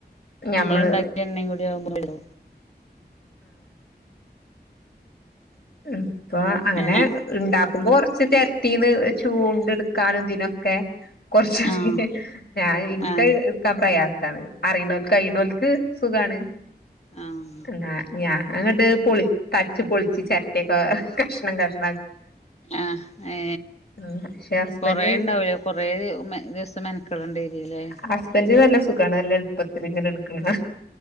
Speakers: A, on the left (about 65°); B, on the left (about 40°).
A: ഞമ്മള്
B: നമ്മള്ണ്ടാക്കിയ എണ്ണേകൂടി ആവുമ്പോണ്ടല്ലോ
A: മ്മ് ഇപ്പൊ അങ്ങനെ
B: ഏഹ്
A: ഇണ്ടാ ക്ക്മ്പോ കൊറച്ച് ചെരട്ടീന്ന് ചൂണ്ട്ട്ക്കാനും ഇതിനൊക്കെ കൊറച്ച്
B: ആഹ്
A: ഞാൻ ഇനിക്കത്
B: ആഹ്
A: ഇട്ക്കാൻ പ്രയാ സാണ്‌. അറിണോല് കയ്ണോല്ക്ക് സുഖാണ്
B: ആഹ്
A: <unintelligible> ഞാങ്ങട്ട് പൊളി കട്ച്ച് പൊളിച്ച് ചെരട്ടയൊക്ക കഷ്ണം കഷ്
B: ആ ഏ
A: ഉം പക്ഷെ ഹസ്ബൻഡ്
B: കൊറേണ്ടാവുലേ കൊറേ <unintelligible> മെനക്കേടേണ്ടിരുലേ
A: ഹസ്ബൻഡ് നല്ല സുഖാണ് നല്ല എള്പ്പത്തില് ഇങ്ങനെ എട്ക്ക്ന്നേ